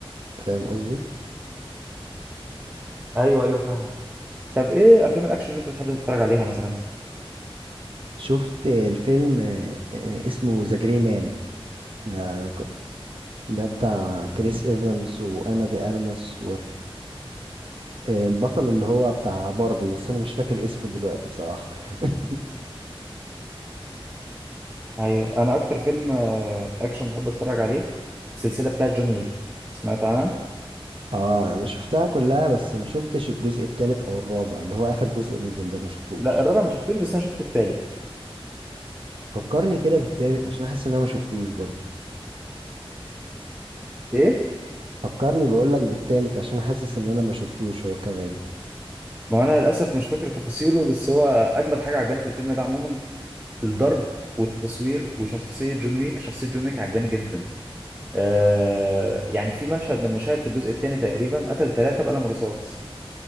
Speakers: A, on the right (about 60°); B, on the right (about 20°).
A: فاهم قصدي؟
B: ايوه ايوه فاهم طب ايه افلام الاكشن اللي انت بتحب تتفرج عليها مثلا
A: شفت الفيلم آه، آه، اسمه ذا جري مان ده ده بتاع كريس ايفنس وانا دي ارمس والبطل اللي هو بتاع باربي بس انا مش فاكر اسمه دلوقتي بصراحة <laughs>
B: ايوه انا اكتر فيلم آه، اكشن بحب اتفرج عليه السلسله بتاعت جون ويك سمعت عنها
A: اه انا شفتها كلها بس ما شفتش الجزء التالت او الرابع اللي هو اخر جزء نزل ده ما شفتوش
B: لا الرابع ما شفتوش بس انا شفت التالت
A: فكرني كده بالتالت عشان احس ان انا ما شفتوش برضو
B: ايه
A: فكرني بقول لك بالتالت عشان حاسس ان انا ما شفتوش هو كمان
B: ما انا للاسف مش فاكر تفاصيله بس هو اجمد حاجه عجباني في الفيلم ده عموما الضرب والتصوير وشخصيه جون ويك شخصيه جون ويك عجباني جدا آه يعني في مشهد من المشاهد في الجزء الثاني تقريبا قتل ثلاثه بقلم رصاص